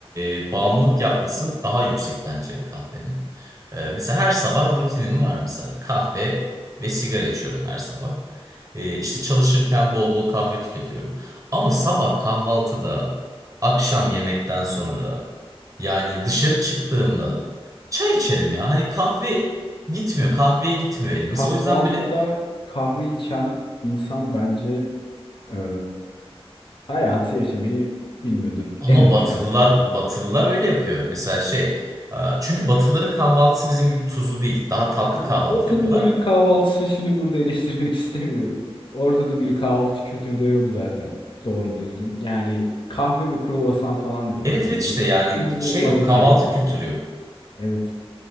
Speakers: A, on the right (about 35°); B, on the left (about 55°).
A: e, bağımlılık yapması daha yüksek bence kahvenin. E, mesela her sabah rutinim var mesela kahve ve sigara içiyorum her sabah. E, işte çalışırken bol bol kahve tüketiyorum. Ama sabah kahvaltıda, akşam yemekten sonra yani dışarı çıktığımda çay içerim ya. Hani kahve gitmiyor, kahveye gitmiyor elim.
B: Kahvaltıda
A: Mesela o yüzden böyle
B: kahve içen insan bence e, hayatı yaşamayı bilmiyordur
A: Ama
B: en hafiften
A: Batılılar
B: biriyle.
A: Batılılar öyle yapıyor. Mesela şey, e, çünkü Batılıların kahvaltısı bizim gibi tuzlu değil. Daha tatlı
B: Yani
A: kahvaltı
B: Batılıların
A: yapıyorlar.
B: kahvaltısını şimdi burada eleştirmek <laughs> istemiyorum. Orada da bir kahvaltı kültürü de yok zaten doğru düzgün. Yani kahve ve kruvasan falan diyorlar
A: Evet
B: böyle
A: evet
B: in-
A: işte yani
B: inanılmaz
A: şey yok,
B: içerikler.
A: kahvaltı kültürü yok.
B: Evet.